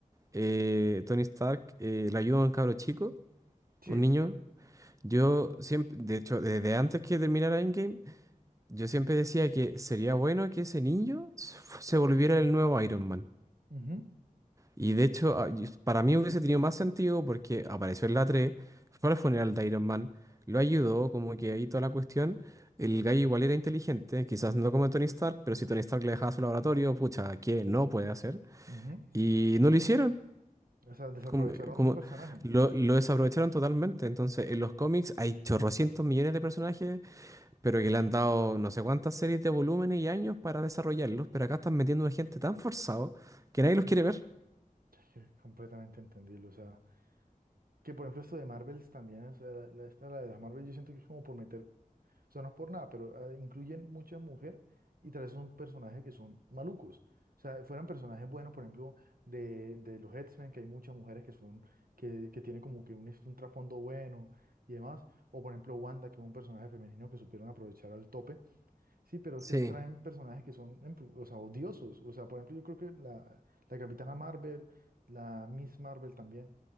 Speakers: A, on the right; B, on the right.
A: eh, Tony Stark eh, le ayuda a un cabro chico,
B: Sí.
A: un niño? Yo siempre, de hecho, desde antes que terminara Endgame, Yo siempre decía que sería bueno que ese niño se se volviera el nuevo Iron Man.
B: Ujú,
A: Y de hecho, a- y- para mí hubiese tenido más sentido porque apareció en la tres fue al funeral de Iron Man, lo ayudó, como que ahí toda la cuestión. El gallo igual era inteligente, quizás no como Tony Stark, pero si Tony Stark le dejaba su laboratorio, pucha, ¿qué no puede hacer?
B: ujú.
A: Y no lo hicieron.
B: O sea, desaprovecharon
A: Como, como
B: un personaje.
A: lo, lo desaprovecharon totalmente. Entonces, en los cómics hay chorrocientos millones de personajes pero que le han dado no sé cuántas series de volúmenes y años para desarrollarlos, pero acá están metiendo una gente tan forzado que nadie los quiere ver.
B: Es que completamente entendible. O sea, que por ejemplo esto de Marvels también, o sea, la, la- esta, la de las Marvel, yo siento que es como por meter O sea, no es por nada, pero eh, incluyen muchas mujeres y tal vez son personajes que son malucos. O sea, fueran personajes buenos, por ejemplo, de, de los X-Men, que hay muchas mujeres que son, que, que tienen como que un, hist- un trasfondo bueno y demás. O por ejemplo, Wanda, que es un personaje femenino que supieron aprovechar al tope. Sí, pero
A: Sí.
B: es que traen personajes que son, em, o sea, odiosos. O sea, por ejemplo, yo creo que la, la Capitana Marvel, la Miss Marvel también.